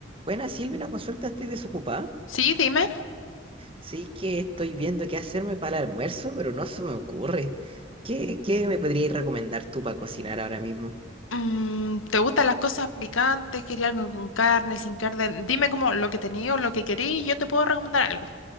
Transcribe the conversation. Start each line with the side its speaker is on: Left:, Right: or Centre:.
Right: Buena, Silvia, una consulta, estoy desocupada.
Left: Sí, dime.
Right: Sí que estoy viendo qué hacerme para el almuerzo, pero no se me ocurre. ¿Qué, qué me podrías recomendar tú para cocinar ahora mismo?
Left: Mm, ¿te gustan las cosas picantes? ¿Quería algo con carne, sin carne? Dime como lo que tenía o lo que quería y yo te puedo recomendar algo.